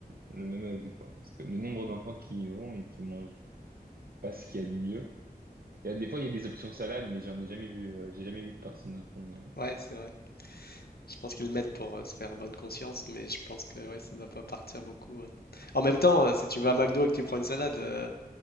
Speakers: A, on the right; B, on the left.
A: le même avis, quoi. Parce que le nombre d'enfants qui y vont et qui mangent pas ce qu'il y a de mieux. Il y a, des fois, il y a des options salades, mais j'en ai jamais vu, euh, j'ai jamais vu personne apprendre.
B: Ouais, c'est vrai. Je pense qu'ils le mettent pour euh, se faire bonne conscience, mais je pense que ouais, ça doit pas partir beaucoup. euh. En même temps, euh, si tu vas à McDo et que tu prends une salade, euh,